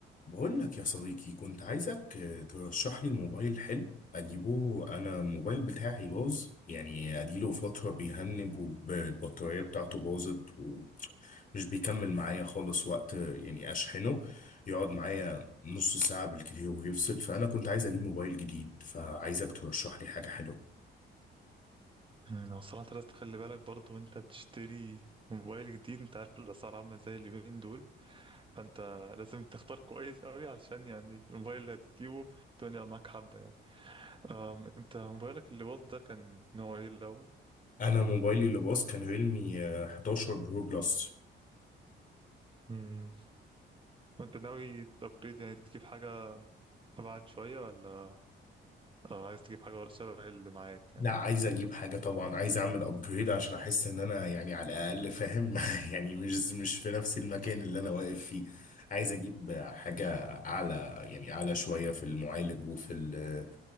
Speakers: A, on the left (about 45°); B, on the right (about 25°).
A: بقول لك يا صديقي كنت عايزك آه، ترشح لي موبايل حلو اجيبه انا الموبايل بتاعي باظ يعني اديله فترة بيهنج والبطارية بتاعته باظت ومش بيكمل معايا خالص وقت آه، يعني اشحنه يقعد معايا نص ساعة بالكتير ويفصل فانا كنت عايز اجيب موبايل جديد فعايزك ترشح لي حاجة حلوة
B: أنا صراحة لازم تخلي بالك برضو وانت بتشتري موبايل جديد انت عارف الاسعار عاملة ازاي اليومين دول فانت لازم تختار كويس قوي علشان يعني الموبايل اللي هتجيبه الدنيا معاك حبة يعني أم انت موبايلك اللي باظ ده كان نوع ايه الاول؟
A: انا موبايلي اللي باظ كان ريلمي آه، 11 برو بلس
B: مم. وانت ناوي تبريد يعني تجيب حاجة أبعد شوية ولا آه، عايز تجيب حاجة شبه اللي معاك يعني
A: لا عايز اجيب حاجه طبعا عايز اعمل ابجريد عشان احس ان انا يعني على الاقل فاهم <laughs> يعني مش مش في نفس المكان اللي انا واقف فيه عايز اجيب حاجه اعلى يعني اعلى شويه في المعالج وفي ال